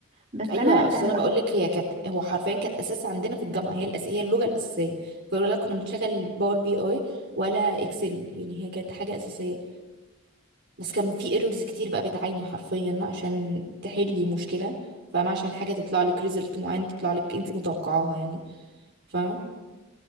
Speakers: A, on the right; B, on the right.
A: بس
B: ايوه
A: انا
B: اصل
A: آه
B: انا بقول لك هي كانت هو حرفيا كانت اساس عندنا في الجامعه هي الأس... هي اللغه الاساسيه فيقولوا لا كنا بنشتغل باور بي اي ولا اكسل يعني هي كانت حاجه اساسيه بس كان في ايرورز كتير بقى بتعاني حرفيا عشان تحلي مشكله فاهمه عشان حاجه تطلع لك ريزلت معين تطلع لك انت متوقعاها يعني فاهمه